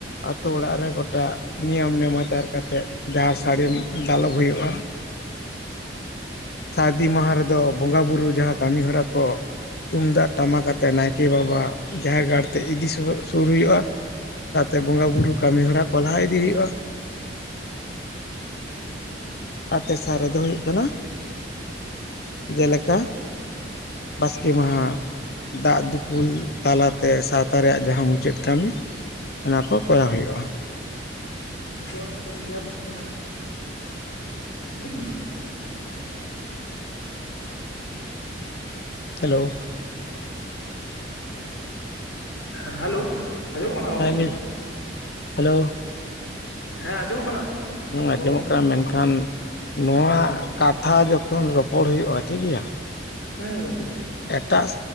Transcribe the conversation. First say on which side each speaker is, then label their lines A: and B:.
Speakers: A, on the left (about 55°); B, on the left (about 80°).
A: ᱟᱛᱳ ᱚᱲᱟᱜ ᱨᱮ ᱜᱚᱴᱟ ᱱᱤᱭᱚᱢ ᱱᱮᱢᱟᱪᱟᱨ ᱠᱟᱛᱮᱜ ᱡᱟᱦᱟᱸ ᱥᱟᱲᱤᱢ ᱫᱟᱞᱚᱵ ᱦᱩᱭᱩᱜᱼᱟ, ᱥᱟᱹᱨᱫᱤ ᱢᱟᱦᱟ ᱨᱮ ᱵᱚᱸᱜᱟ ᱵᱩᱨᱩ ᱡᱟᱦᱟᱸ ᱠᱟᱹᱢᱤ ᱦᱚᱨᱟ ᱠᱚ ᱛᱩᱢᱫᱟᱜ ᱴᱟᱢᱟᱠ ᱟᱛᱮ ᱱᱟᱭᱠᱮ ᱵᱟᱵᱟ ᱡᱟᱦᱮᱨ ᱜᱟᱲ ᱛᱮ ᱤᱫᱤ ᱡᱚᱦᱚᱜ ᱥᱩᱨ ᱦᱩᱭᱩᱜᱼᱟ, ᱥᱟᱶᱛᱮ ᱵᱚᱸᱜᱟ ᱵᱩᱨᱩ ᱠᱟᱹᱢᱤ ᱦᱚᱨᱟ ᱠᱚ ᱞᱟᱦᱟ ᱤᱫᱤ ᱦᱩᱭᱩᱜᱼᱟ᱾ ᱟᱨ ᱛᱮᱥᱟᱨ ᱨᱮᱫᱚ ᱦᱩᱭᱩᱜ ᱠᱟᱱᱟ ᱡᱮᱞᱮᱠᱟ ᱵᱟᱥᱠᱮ ᱢᱟᱸᱦᱟ ᱫᱟᱜ ᱫᱩᱯᱩᱞ ᱛᱟᱞᱟᱛᱮ ᱥᱟᱶᱛᱟ ᱨᱮᱭᱟᱜ ᱡᱟᱦᱟᱸ ᱢᱩᱪᱟᱹᱫ ᱠᱟᱹᱢᱤ ᱚᱱᱟ ᱠᱚ ᱠᱚᱨᱟᱣ ᱦᱳᱭᱳᱜᱼᱟ᱾
B: <unintelligible>
A: ᱦᱮᱞᱳ᱾
B: ᱮ ᱦᱮᱞᱳ᱾ ᱟᱸᱡᱚᱢᱚᱜ
A: ᱦᱮᱸ
B: ᱠᱟᱱᱟ ᱜᱚᱝᱠᱮ
A: ᱞᱟᱭ ᱦᱮᱞᱳ᱾
B: ᱦᱮᱸ ᱟᱸᱡᱚᱢᱚᱜ ᱠᱟᱱᱟ?
A: ᱦᱩ ᱟᱸᱡᱚᱢᱚᱜ
B: ᱜᱚᱝᱠᱮ
A: ᱠᱟᱱᱟ ᱢᱮᱱᱠᱷᱟᱱ, ᱱᱚᱣᱟ
B: ᱦᱮᱸ
A: ᱠᱟᱛᱷᱟ ᱡᱚᱠᱷᱚᱱ ᱨᱚᱯᱚᱲ ᱦᱩᱭᱩᱜᱼᱟ ᱴᱷᱤᱠ ᱜᱮᱭᱟ᱾
B: ᱦᱩᱸ ᱜᱚᱝᱠᱮ᱾
A: ᱮᱴᱟᱜ